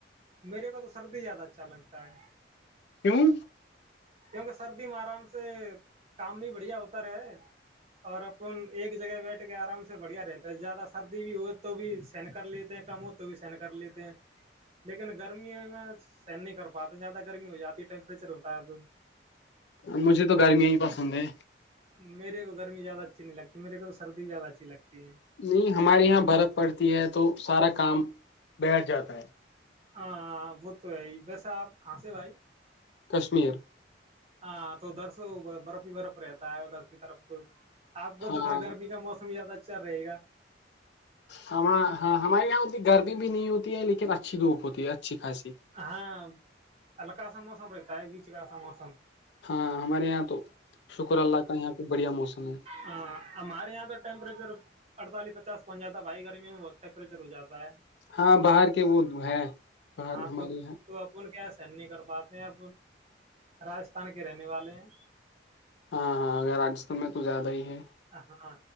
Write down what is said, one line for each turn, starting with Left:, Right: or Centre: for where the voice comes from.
Right: میرے پا تو سردی زیادہ اچھا لگتا ہے
Left: کیوں
Right: کیونکہ سردی میں آرام سے کام بھی بڑھیا ہوتا رہے اور اپن ایک جگہ بیٹھ کے آرام سے بڑھیا رہتا ہے زیادہ سردی بھی ہو تو بھی سہن کر لیتے ہیں کم ہو تو بھی سہن کر لیتے ہیں لیکن گرمیوں میں سہن نہیں کر پاتے زیادہ گرمی ہو جاتی ہے ٹیمپریچر ہوتا ہے تو
Left: مجھے تو گرمیاں ہی پسند ہے
Right: میرے کو گرمی زیادہ اچھی نہیں لگتی مے کو تو سردی زیادہ اچھی لگتی ہے
Left: نہیں ہمارے یہاں برف پڑتی ہے تو سارا کام بیٹھ جاتا ہے
Right: ہاں وہ تو ہے ویسے آپ کہاں سے بھائی
Left: کشمیر
Right: ہاں تو ادھر سے برف ہی برف رہتا ہے ادھر کی طرف تو آپ کو
Left: ہاں
Right: تو پھر گرمی کا موسم ہی زیادہ اچر رہے گا
Left: ہم ہاں ہمارے یہاں اتنی گرمی بھی نہیں ہوتی ہے لیکن اچھی دھوپ ہوتی ہے اچھی خھاصی
Right: ہاں ہلکا سا موسم رہتا ہے بیچ کا سا موسم
Left: ہاں ہمارے یہاں تو شکر اللہ کا یہاں پہ بڑھیا موسم ہے
Right: ہاں ہمارے یہاں تو ٹیمپریچر اڑتالیس پ بن جاتا بھائی گرمی میںہت ٹیمپریچر ہواتا ہے
Left: ہاں باہر کے وہ ہے باہر
Right: ہاں
Left: ہمارے
Right: تو
Left: یہاں
Right: تو اپن کیا نہیں کر پاتے ہیں ا راستھان کے رہنے والے ہیں
Left: ہاں ہاں اگر رجستھان میں تو زیادہ ہی ہے
Right: ہاں